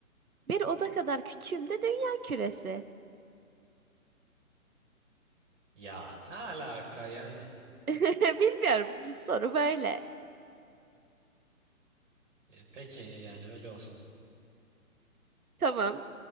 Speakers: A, on the right; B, on the right.
A: Bir oda kadar küçüğüm de dünya küresi.
B: Ya ne alaka yani?
A: <laughs> Bilmiyorum bu soru böyle.
B: E, peki yani öyle olsun.
A: Tamam.